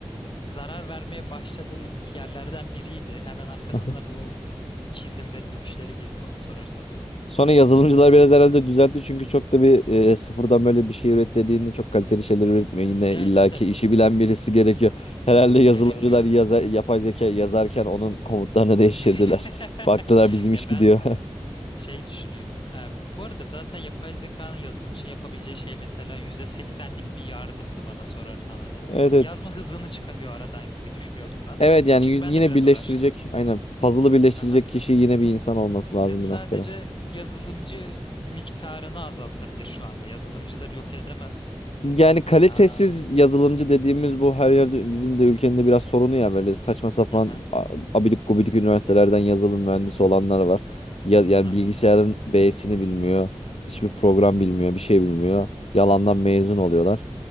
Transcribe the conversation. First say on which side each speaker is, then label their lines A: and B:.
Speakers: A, on the left (about 50°); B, on the left (about 80°).
A: zarar vermeye başladığı ilk yerlerden biriydi. Hemen arkasına
B: Aha.
A: bu çizim resim işleri girdi bana sorarsan da.
B: Sonra yazılımcılar biraz herhalde düzeltti çünkü çok da bir e, sıfırdan böyle bir şey üret dediğinde çok kaliteli şeyler üretmiyor. Yine
A: Ya
B: illaki
A: işte
B: işi bilen birisi gerekiyor. Herhalde yazılımcılar
A: gerekiyor.
B: yaza- yapay zeka yazarken onun komutlarını değiştirdiler.
A: <laughs>
B: <laughs> Baktılar bizim
A: Ya
B: iş gidiyor.
A: ben
B: <laughs>
A: Şey düşünüyorum. e, bu arada zaten yapay zekanın yazılım için yapabileceği şey mesela yüzde seksenlik bir yardımdı bana sorarsan. Hani
B: Evet evet.
A: yazma hızını çıkarıyor aradan gibi düşünüyordum ben.
B: Evet yani
A: Çünkü
B: yüz-
A: ben
B: yine
A: de biraz
B: birleştirecek
A: uğraştım.
B: aynen puzzle'ı birleştirecek
A: Aha.
B: kişi yine bir insan olması lazım
A: Ya sadece
B: bir noktada.
A: yazılımcı miktarını azaltabilir şu anda. Yazılımcılar yok edemez.
B: Yani kalitesiz
A: Aa,
B: yazılımcı dediğimiz bu her yerde bizim de ülkenin de biraz sorunu ya böyle saçma sapan
A: aha,
B: a- abidik gubidik üniversitelerden yazılım mühendisi olanlar var. Ya, yani
A: aha.
B: bilgisayarın B'sini bilmiyor. Hiçbir program bilmiyor, bir şey bilmiyor. Yalandan mezun oluyorlar.